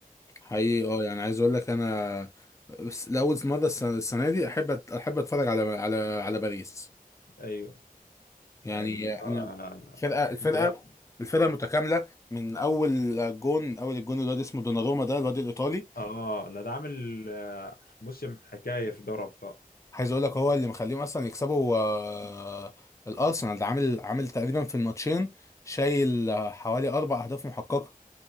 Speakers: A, on the left (about 20°); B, on the left (about 80°).
A: حقيقي اه يعني عايز اقول لك انا بس لأول مرة الس- السنة دي احب أت- احب اتفرج على على على باريس
B: ايوه
A: يعني
B: ال...
A: انا
B: آه،
A: الفرقة الفرقة
B: انت بقى
A: الفرقة متكاملة من أول جون أول الجون الواد اسمه دوناروما ده الواد الإيطالي
B: اه لا ده عامل آه، موسم حكايه في دوري ابطال
A: عايز اقول لك هو اللي مخليهم اصلا يكسبوا آه، الارسنال ده عامل عامل تقريبا في الماتشين شايل آه، حوالي اربع اهداف محققه